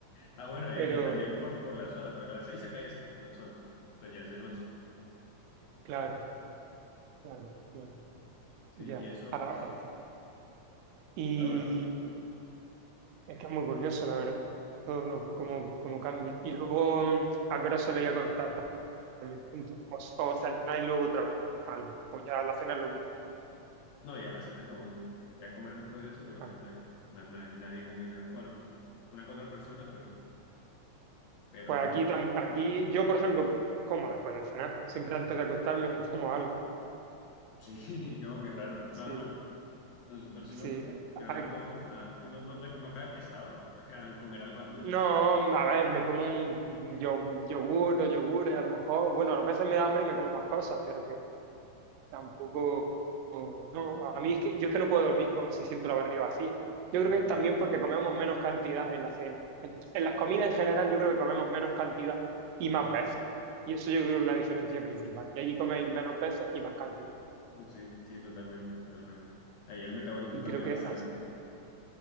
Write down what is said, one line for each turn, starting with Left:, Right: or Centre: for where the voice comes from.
Left: Ah, bueno, eh,
Right: pero,
Left: también por, por las horas, porque a las 6 acá ya se puso el sol. Entonces ya es de noche.
Right: claro, claro, claro.
Left: Sí,
Right: Ya.
Left: y eso.
Right: Ahora- y
Left: <laughs> Ahora,
Right: es que es muy curioso, la verdad. Todo lo, cómo, cómo cambia. Y luego, mm, ¿a qué hora suele ir a acostar también? Punto. O, o cenar y luego otra vez algo. O ya la cena es lo último.
Left: no, ya la cena es lo último. Ya comer después de eso, creo
Right: Ah.
Left: que nadie, na- nadie, nadie come nada. Bueno, una que otra persona, pero, pero
Right: Pues
Left: no.
Right: aquí,
Left: no.
Right: tam- aquí yo, por ejemplo, como después de cenar. Siempre antes de acostarme me tomo algo.
Left: Sí, <laughs> como que raro.
Right: Sí,
Left: A- a- nosotros sí
Right: sí.
Left: no, creo
Right: A-
Left: que no comemos nada. Y no, no, no cae pesado <laughs> comer algo antes de
Right: No,
Left: dormir.
Right: a ver, me como un un yo- un yogur, dos yogures, a lo mejor. Bueno, a veces me da hambre y me como más cosas, pero que tampoco. o- No, a mí es que yo es que no puedo dormir con, si siento la barriga vacía.
Left: <laughs>
Right: Yo creo que
Left: Bueno.
Right: es también porque comemos menos cantidad en la cena. En, en las comidas en general, yo creo que comemos menos cantidad y más veces. Y eso yo creo que es una diferencia principal. Y allí coméis menos veces y más cantidad.
Left: Uf, sí, sí, totalmente, totalmente. Ahí el metabolismo
Right: Y
Left: cambia
Right: creo que,
Left: bastante.
Right: as-